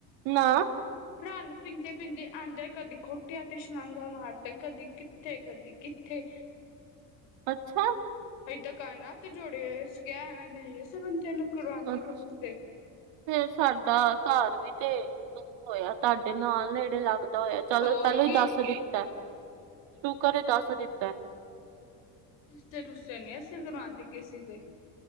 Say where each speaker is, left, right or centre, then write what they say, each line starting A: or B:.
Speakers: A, on the right; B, on the left.
A: ਨਾ
B: ਰਾਾਹ ਨੂੰ ਪੀਂਦੇ-ਪੀਂਦੇ ਆਉਂਦਾ, ਕਦੀ ਖੋਟਿਆਂ ਤੇ ਸ਼ਾਂਘ ਮਾਰਦਾ, ਕਦੀ ਕਿੱਥੇ, ਕਦੀ ਕਿੱਥੇ।
A: ਅੱਛਾ
B: ਅਸੀਂ ਤੇ ਕਾਨਾ ਤੇ ਜੋੜੇਆ, ਅਸੀਂ ਕਿਆ ਐਵੇਂ ਤੇ ਨੀ ਕਿਸੇ ਬੰਦੇ ਨੂੰ ਕਰਾਂਦੇ
A: ਅੱਛ
B: ਕਰੁੰਦੇ।
A: ਫੇਰ ਸਾਡਾ ਘਰ ਵੀ ਤੇ ਦੂਰ ਹੋਇਆ, ਤਾਡੇ ਨਾਲ ਨੇੜੇ ਲੱਗਦਾ ਹੋਇਆ। ਚੱਲੌ
B: ਹੋਰ
A: ਪਹਿਲਾਂ
B: ਕੀ,
A: ਹੀ ਦੱਸ ਦਿੱਤੈ, ਸ਼ੂਕਰ ਏ ਦੱਸ ਦਿੱਤੈ।
B: ਰਿਸ਼ਤੇ-ਰੁਸ਼ਤੇ ਨੀ ਅਸੀਂ ਕਰਾਂਦੇ ਕਿਸੇ ਦੇ।